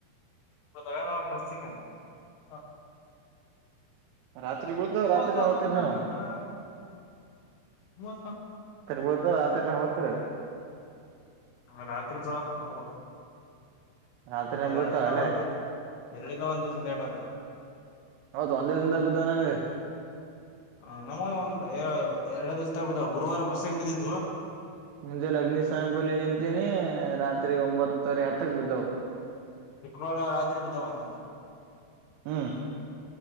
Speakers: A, on the left; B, on the right.
A: ತ ಪ್ರಸಂಗ ಹ
B: ರಾತ್ರಿ ಬೀಳ್ತಾವ
A: ಮೂವಕ
B: ರಾತ್ರಿನ ಓದ್ತಿರಿ
A: ಮಾಡಲ್ಲದ
B: ನೀವು
A: ಮೂವ
B: ತರ್ಬೋದು ಆ ತರನ ಹೋ್ತರಿ
A: ರಾತ್ರಿ ಬಿಳಕ ನೋಡ್ಬ
B: ರಾತ್ರಿನ ಬೀಳ್ತಾವ
A: ಎರಡುಲ್ಲ
B: ಅಲ್ಲೇ
A: ಬಂದು ಎರಡುಲ್ಲ ಒಂದ ದಿವಸ ಲೇಟ್ದ
B: ಹ ತೊಂದೇ ತಿಂದ ಬುದ ನನ್ಗೆ
A: ಹ ನಮ ಒಂದ ಎರಡೇ ದಿವ್ಸ ಬಿದ್ದಾವ ಗುರುವಾರ ಪ್ರಸಂಗ ಬಿದ್ದಿದ
B: ಮುೆ ಲಗ್ನಿ ಸ್ನಾನ ಬಲೆ ನಿಂತನೆ ರತ್ ತ್ರಿ ಒಂಬತ್ತರಿ ಹತ್ತಕ್ ಬಿದ್ದವು
A: ಶುಕ್ರವಾರ ರತ್ರಿ ಬಧಾವ ಮೂಗ
B: ಹ್ಮ್